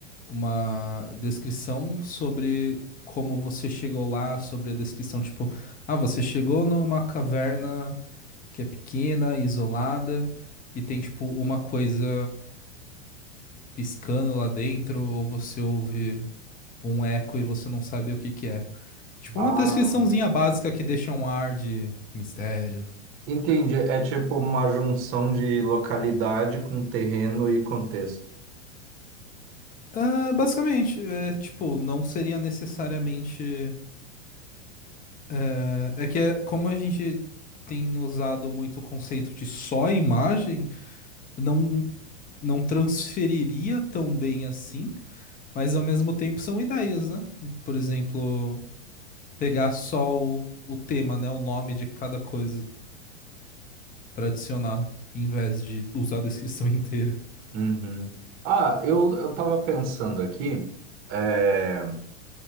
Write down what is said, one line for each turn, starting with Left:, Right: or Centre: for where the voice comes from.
Left: uma descrição sobre como você chegou lá, sobre a descrição, tipo, ah, você chegou numa caverna que é pequena, isolada, e tem, tipo, uma coisa piscando lá dentro, ou você ouve. um eco e você não sabe o que que é. Tipo
Right: Ah,
Left: uma descriçãozinha básica que deixa um ar de mistério.
Right: entendi. É tipo uma junção de localidade com terreno e contexto.
Left: Ah, basicamente, é, tipo, não seria necessariamente. É, é que é, como a gente tem usado muito o conceito de só imagem, não, não transferiria tão bem assim, mas ao mesmo tempo são ideias, né? Por exemplo, pegar só o, o tema, né? O nome de cada coisa para adicionar, em vez de usar a descrição <laughs> inteira.
Right: Uhum. Ah, eu, eu tava pensando aqui, é,